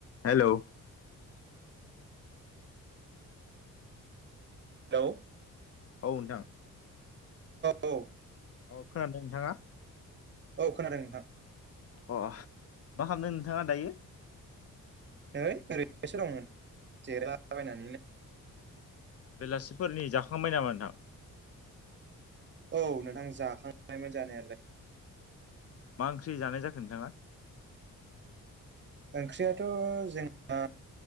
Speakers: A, on the left; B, on the right.
A: Hello.
B: औ।
A: औ नोंथां
B: औ
A: औ खोनादों नोंथाङा?
B: औ खोनादों नोंथां।
A: अ मा खालामदों नोंथाङा दायो?
B: नै ओरैनोसो दंमोन जिरायला बायनानैनो।
A: बेलासिफोरनि जाखांबाय नामा नोंथां?
B: औ नोंथां जाखांबायमोन जानायालाय।
A: मा ओंख्रि जानाय जाखो नोंथाङा?
B: ओंख्रियाथ' जोंहा